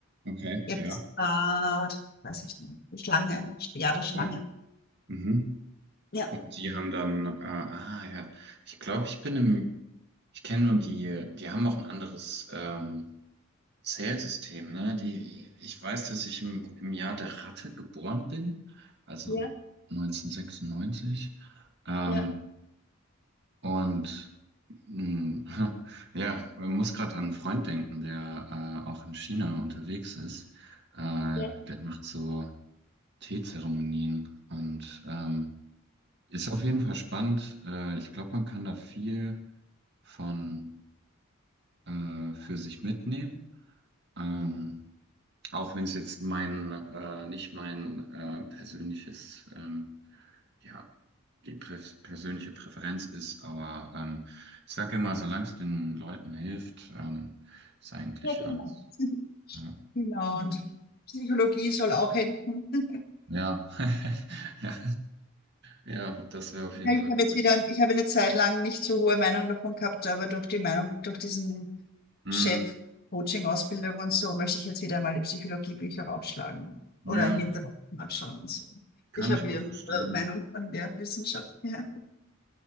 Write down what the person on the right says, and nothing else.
Okay,
ja.
Ja. Mhm.
Und die haben dann, äh, ah ja, ich glaube, ich bin im, ich kenne nur die, die haben auch ein anderes ähm, Zählsystem, ne? Die, ich weiß, dass ich im, im Jahr der Ratte geboren bin, also
1996. Ähm,
und mh, <laughs> ja, man muss gerade an einen Freund denken, der äh, auch in China unterwegs ist. Äh,
der macht so Teezeremonien und ähm, Ist auf jeden Fall spannend. Äh, ich glaube, man kann da viel von äh, für sich mitnehmen. Ähm, auch wenn es jetzt mein, äh, nicht mein äh, persönliches, ähm, ja, die prä persönliche Präferenz ist, aber ähm, ich sage immer, solange es den Leuten hilft, ähm, ist eigentlich
alles.
Ja,
ja, <laughs> ja, ja, das wäre auf jeden
Fall
gut.
Hm,
ja,
kann
ich gut
verstehen.